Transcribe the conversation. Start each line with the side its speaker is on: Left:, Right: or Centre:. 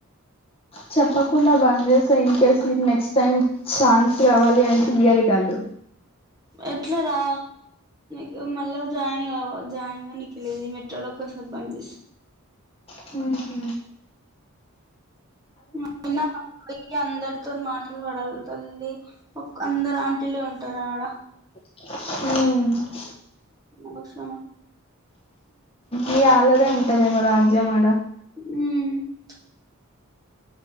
Left: చెప్పకుండా బంద్ చేస్తా ఇన్ కేస్ నకు నెక్స్ట్ టైమ్ ఛాన్స్ కావాలి అని తెలియరే కాదు
Right: ఎట్లా రా కు మళ్ళా జాయిన్ వ జాయిన్ గా నికులేది మెట్రోలో ఒకసారి బంద చేసి
Left: హ హ
Right: అయినా అ అందరితో మాట్లు పడాలి తల్లి ఒక అందరు ఆంటీలే ఉంటారు ఆడ
Left: హ
Right: వర్షమా
Left: ఈ ఆలదే ఉంటది మరి రాజ్య మ
Right: ఉ